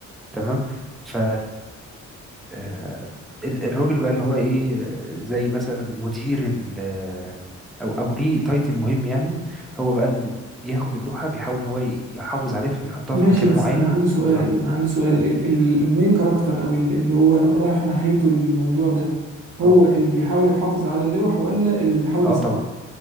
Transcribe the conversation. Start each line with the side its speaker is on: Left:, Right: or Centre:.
Centre: تمام ف آه، ال- الراجل بقى اللي هو ايه آه، زي مثلا مدير ال آه، او او ليه تايتل مهم يعني هو بقى اللي بياخد اللوحه بيحاول ان هو ي- يحافظ عليها فبيحطها
Right: ماشي
Centre: في مكان
Right: بس
Centre: معين
Right: انا عندي سؤال
Centre: اه
Right: انا عندي سؤال
Centre: قول.
Right: ال- ال- المين كاركتر او ال- اللي هو رايح ناحيته الموضوع ده هو
Centre: اه
Right: اللي بيحاول يحافظ على اللوح ولا اللي بيحاول
Centre: اه
Right: يساعد
Centre: طبعا